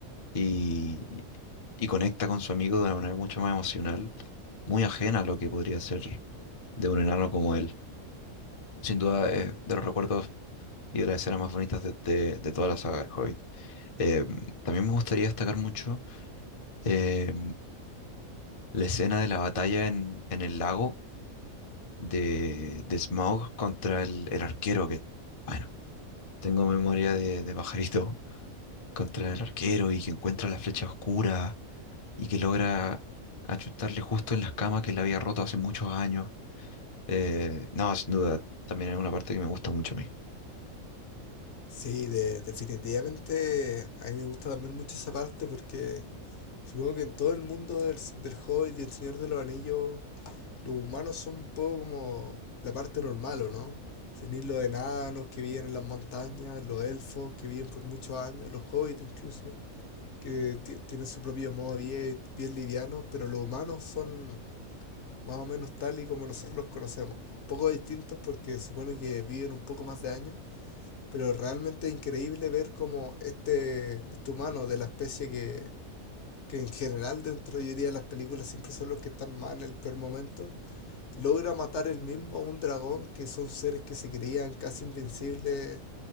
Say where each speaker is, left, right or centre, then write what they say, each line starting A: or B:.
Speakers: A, on the left; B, on the left.
A: y, y conecta con su amigo de una manera mucho más emocional, muy ajena a lo que podría ser de un enano como él. Sin duda es de los recuerdos y de las escenas más bonitas de, de- de toda la saga del Hobbit. Eh, también me gustaría destacar mucho eh, la escena de la batalla en, en el lago de, de Smaug contra el, el arquero, que, bueno, tengo memoria de, de pajarito contra el arquero y que encuentra la flecha oscura. y que logra achutarle justo en las camas que le había roto hace muchos años. Eh, no, sin duda, también es una parte que me gusta mucho a mí.
B: Sí, de- definitivamente a mí me gusta también mucho esa parte porque supongo que en todo el mundo del, del Hobbit y el Señor de los Anillos, los humanos son un poco como la parte normal, ¿o no? Tenéis los enanos que viven en las montañas, los elfos que viven por muchos años, los hobbits incluso, que ti- tienen su propio modo de vida, y bien liviano, pero los humanos son más o menos tal y como nosotros los conocemos. Un poco distintos porque supone que viven un poco más de años pero realmente increíble ver cómo este, este humano de la especie que, que en general dentro yo diría de las películas siempre son los que están mal en el peor momento, logra matar él mismo a un dragón que son seres que se creían casi invencibles,